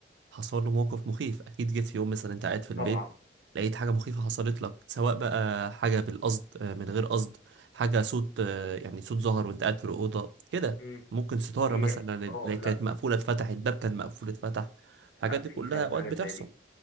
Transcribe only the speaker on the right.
حصل له موقف مخيف اكيد جيت في يوم مثلا انت قاعد في البيت
لقيت حاجة مخيفة حصلت لك سواء بقى حاجة بالقصد آه، من غير قصد حاجة صوت آه، يعني صوت ظهر وانت قاعد في الأوضة كده
ممكن ستارة
مثلا
اللي
كانت مقفولة اتفتحت باب كان مقفول اتفتح الحاجات
دي كلها
أوقات
بتحصل